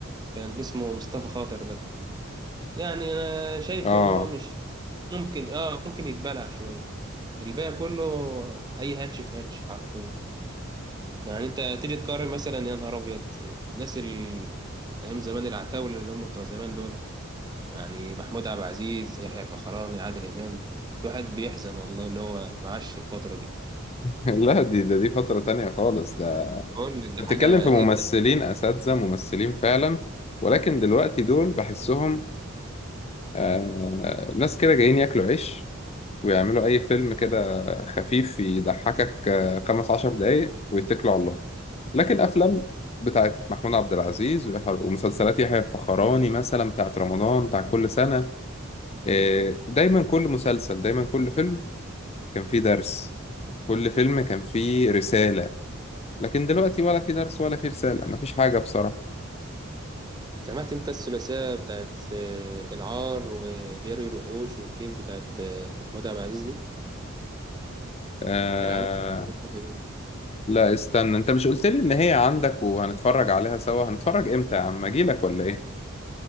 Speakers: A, on the right; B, on the left.
A: كان اللي اسمه مصطفى خاطر ده يعني انا شايفه
B: اه
A: ان هو مش ممكن اه ممكن يتبلع شويه الباقي كله اي هاتش في هاتش حرفيا يعني انت تيجي تقارن مثلا يا نهار ابيض الناس ال... ايام زمان العتاوله اللي هم بتوع زمان دول يعني محمود عبد العزيز يحيى الفخراني عادل امام الواحد بيحزن والله ان هو معاش الفتره دي
B: <laughs> لا دي ده دي فتره تانية خالص ده
A: بقول لك ده
B: انت
A: حاجه
B: بتتكلم في ممثلين
A: ايه ده
B: اساتذه ممثلين فعلا ولكن دلوقتي دول بحسهم آه ناس كده جايين ياكلوا عيش ويعملوا أي فيلم كده خفيف يضحكك آه، خمس عشر دقايق ويتكلوا على الله لكن أفلام بتاعت محمود عبد العزيز ويحيى- ومسلسلات يحيى الفخراني مثلا بتاعت رمضان بتاع كل سنة آه، دايما كل مسلسل دايما كل فيلم كان فيه درس كل فيلم كان فيه رسالة لكن دلوقتي ولا في درس ولا في رسالة مفيش حاجة بصراحة
A: سمعت انت الثلاثيه بتاعت آه، العار وجري الوحوش والكيف بتاعت آه، محمود عبد العزيز دي
B: آه...
A: كان عامل ثلاثيه كده جامده
B: لا استنى انت مش قلت لي ان هي عندك وهنتفرج عليها سوا هنتفرج امتى يا عم اجيلك ولا ايه